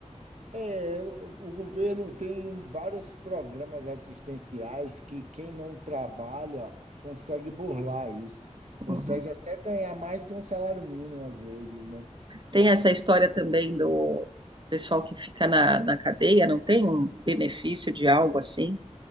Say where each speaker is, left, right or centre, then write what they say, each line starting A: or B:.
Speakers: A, on the right; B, on the right.
A: É, o o governo tem vários programas assistenciais que quem não trabalha consegue burlar isso,
B: Uhum.
A: consegue até ganhar mais do que um salário mínimo às vezes, né?
B: Tem essa história também do pessoal que fica na, na cadeia, não tem um benefício de algo assim?